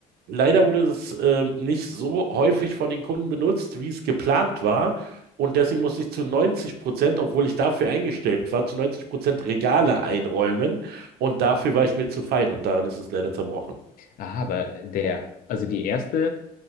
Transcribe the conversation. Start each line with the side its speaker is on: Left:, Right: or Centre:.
Right: Leider wurde das äh, nicht so häufig von den Kunden benutzt, wie es geplant war. Und deswegen musste ich zu 90 Prozent, obwohl ich dafür eingestellt war, zu 90 Prozent Regale einräumen. Und dafür war ich mir zu fein und daran ist es leider zerbrochen.
Left: Aha, aber der, also die erste